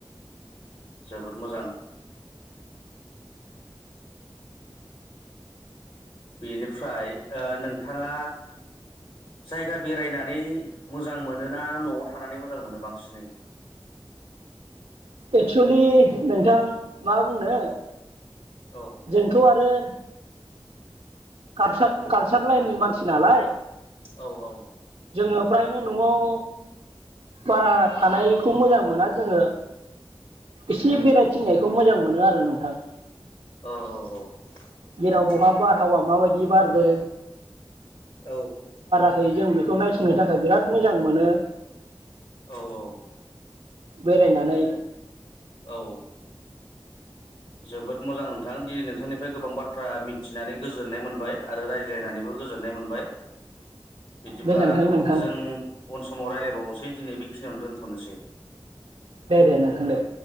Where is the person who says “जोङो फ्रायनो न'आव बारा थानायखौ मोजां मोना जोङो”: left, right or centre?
Right